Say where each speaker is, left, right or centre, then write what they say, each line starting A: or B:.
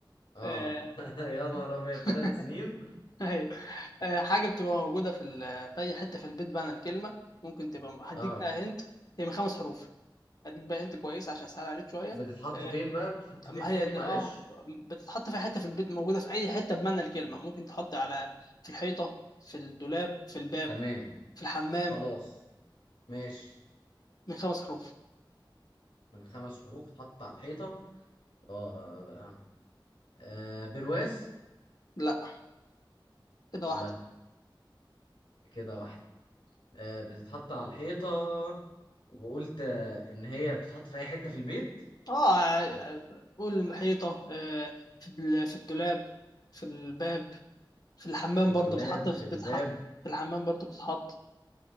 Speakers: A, on the left; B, on the left.
A: اه
B: آه،
A: <laughs> يا نهار ابيض
B: <laughs>
A: تلات سنين
B: ايوه آه، حاجة بتبقى موجودة في ال- في اي حتة في البيت بقى أنا الكلمة ممكن تبقى هديك
A: اه
B: بقى هنت هي من خمس حروف هديك بقى هنت كويس عشان اسهل عليك شوية
A: بتتحط
B: آه،
A: فين بقى بتتحط فين
B: ما هي
A: تاني
B: دي
A: معلش
B: اه بتتحط في حته في البيت موجوده في اي حته بمعنى الكلمه ممكن تحط على في الحيطه في الدولاب في الباب
A: تمام
B: في الحمام
A: خلاص ماشي
B: من خمس حروف
A: من خمس حروف اتحط على الحيطة اه آه. آه، آه، برواز
B: لا كده واحده
A: لا كده واحدة آه، بتتحط على الحيطة وقلت آه، إن هي بتتحط في أي حتة في البيت
B: اه آه، قول الحيطه آه، في ال- في الدولاب في الباب في الحمام
A: في
B: برضو
A: الدولاب
B: بتتحط في
A: في الباب
B: بتتحط في الحمام برضو بتتحط